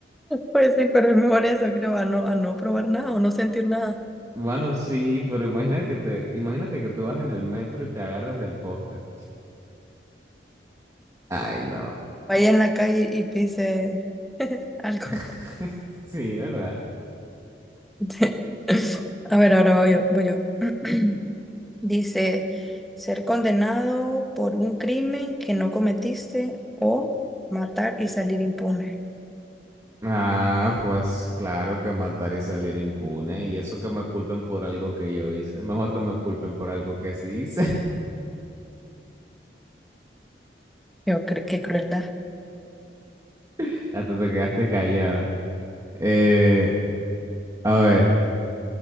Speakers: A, in the centre; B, on the right.
A: Pues sí, pero es mejor eso, creo, a no, a no probar nada o no sentir nada.
B: Bueno, sí, pero imagínate que te, imagínate que tú vas en el metro y te agarres del poste. Ay, no.
A: Vaya en la calle y pise algo.
B: <laughs> Sí, ¿verdad?
A: <laughs> A ver, ahora voy yo, voy yo. <clears throat> Dice, ser condenado por un crimen que no cometiste o matar y salir impune.
B: Ah, pues claro que matar y salir impune. Y eso que me culpen por algo que yo hice. Mejor que me culpen por algo que sí hice.
A: Yo creo que crueldad.
B: <laughs> Hasta te quedaste callada. Eh, a ver,